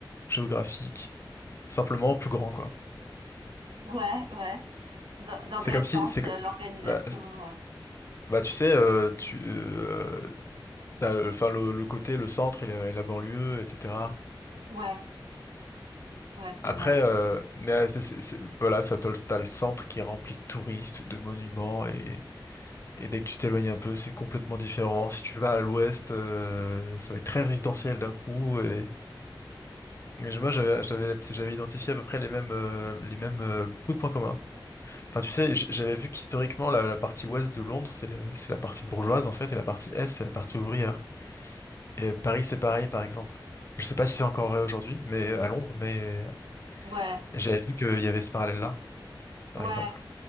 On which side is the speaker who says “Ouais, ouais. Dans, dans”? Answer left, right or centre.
Right